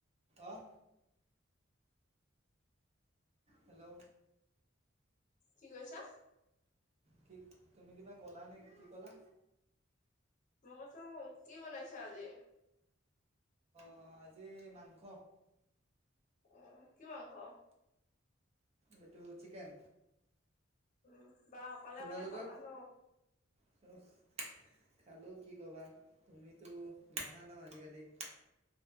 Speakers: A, on the right; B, on the left.
A: অঁ। হেল্ল'?
B: কি কৈছা?
A: কি তুমি কিবা ক'লা নে কি ক'লা?
B: মই কৈছো কি বনাইছা আজি?
A: অঁ আজি মাংস।
B: অঁ কি মাংস?
A: এইটো চিকেন।
B: উম বা অকলে
A: তোমালোকৰ
B: অকলে খাবা ন?
A: <unintelligible> খালোঁ কি ক'বা, তুমিতো নাহা ন আজিকালি।